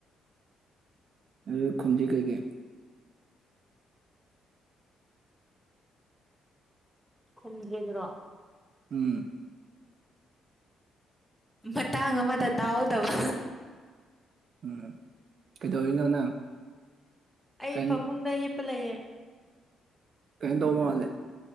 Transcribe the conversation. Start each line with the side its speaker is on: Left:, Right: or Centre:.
Right: ꯑꯗꯨꯒ ꯈꯨꯝꯗꯤ ꯀꯩꯒꯤ
Centre: ꯈꯨꯝꯗ꯭ꯔꯤꯗꯨꯔꯣ
Right: ꯎꯝ
Centre: ꯃꯇꯥꯡ ꯑꯃꯗ ꯇꯥꯍꯧꯗꯕ
Right: ꯎꯝ ꯀꯩꯗꯧꯔꯤꯅꯣ ꯅꯪ
Centre: ꯑꯩ
Right: ꯀꯩꯝ
Centre: ꯐꯃꯨꯡꯗ ꯍꯤꯞꯄ ꯂꯩꯌꯦ
Right: ꯗꯧꯃꯥꯂꯦ